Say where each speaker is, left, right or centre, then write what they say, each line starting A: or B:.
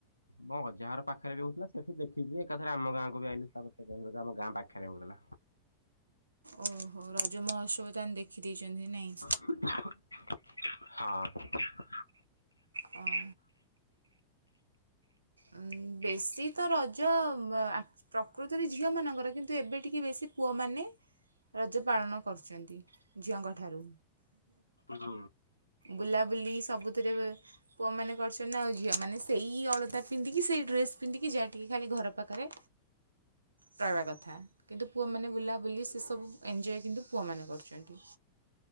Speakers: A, on the left; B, on the right.
A: ମୋ ଅଜା ହର ପଖେରେ ବି ହୋଉଥିଲା ସେଠି ଦେଖିକି ଏକାଥେରେ ଆମ ଗାଁ କୁ ବି ଆଇଲି ତ ପରେ ସେଇଟା ବି ଗୋଟେ ଆମ ଗାଁ ପାଖେରେ ହୋଉଥିଲା।
B: ଓହୋ ରଜ ମହୋତ୍ସବ ତାହେନେ ଦେଖି ଦେଇଚନ୍ତି ନାଇଁ।
A: <inaudible> ହଁ।
B: ହଁ। ଉନ୍ ବେଶୀ ତ ରଜ ଆ ପ୍ରକୃତରେ ଝିଅ ମାନଙ୍କର କିନ୍ତୁ ଏବେ ଟିକେ ବେଶୀ ପୁଅମାନେ ରଜ ପାଳନ କରୁଚନ୍ତି ଝିଅଙ୍କ ଠାରୁ।
A: ହୁଁ।
B: ବୁଲାବୁଲି ସବୁଥେରେ ପୁଅ ମାନେ କରଚନ୍ତି ନା ଆଉ ଝିଅ ମାନେ ସେଇ ଅଳତା ପିନ୍ଧିକି ସେଇ ଡ୍ରେସ ପିନ୍ଦିକି ଯାଏ ଟିକେ ଖାଲି ଘର ପାଖେରେ ରହିବା କଥା କିନ୍ତୁ ପୁଅମାନେ ବୁଲାବୁଲି ସେସବୁ ଏଞ୍ଜୟ କିନ୍ତୁ ପୁଅମାନେ କରୁଛନ୍ତି।